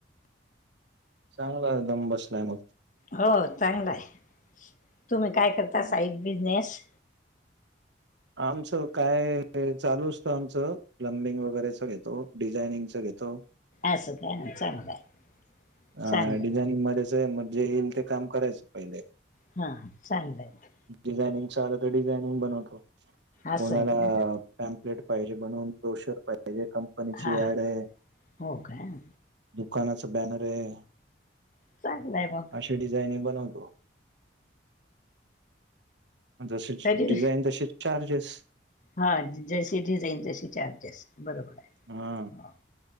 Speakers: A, on the right (about 70°); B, on the left (about 40°).
A: चांगला दम बसलाय मग
B: हो चांगला आहे तुम्ही काय करता
A: हं.
B: साईड बिजनेस
A: आमचं काय चालू असत आमचं. प्लंबिंग वगैरेच येतो डिझायनिंगच घेतो.
B: असं काही नाही मग चांगलं आहे.
A: अ
B: चांगलं
A: डिझायनिंग
B: आहे.
A: मध्येच आहे मग जे येईल ते काम करायचं पहिले.
B: हा चांगलं आहे म
A: डिझायनिंग च आलं तर डिझायनिंग बनवतो
B: असं
A: कोणाला?
B: आहे का?
A: टॅम्पलेट पाहिजे बनून प्र्रोशर पाहिजे कंपनीची
B: हा
A: ऍड आहे.
B: हो का?
A: दुकानाच बॅनर आहे.
B: चांगलंय बघ.
A: अशी डिझाईन बनवतो. तसेच
B: तरी
A: डिझाईन तसेच चार्जेस
B: हा जशी त जाईन तशी चार्जेस बरोबर आहे
A: हा
B: हो.